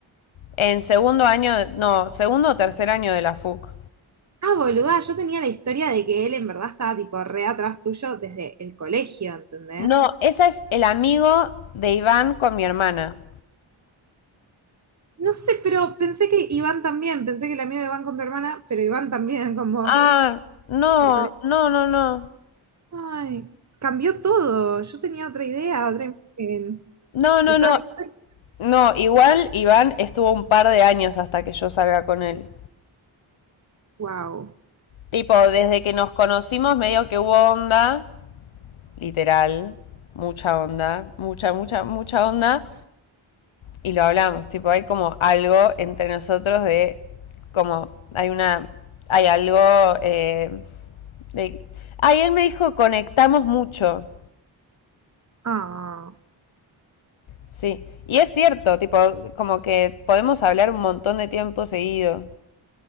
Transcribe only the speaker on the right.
Ah, boluda, yo tenía la historia de que él en verdad estaba tipo re atrás tuyo desde el colegio, ¿entendés?
No sé, pero pensé que Iván también, pensé que el amigo de Iván con tu hermana, pero Iván también con vos.
del colegio.
Ay, cambió todo. Yo tenía otra idea, otra imagen
de toda
la historia.
Wow.
Ah,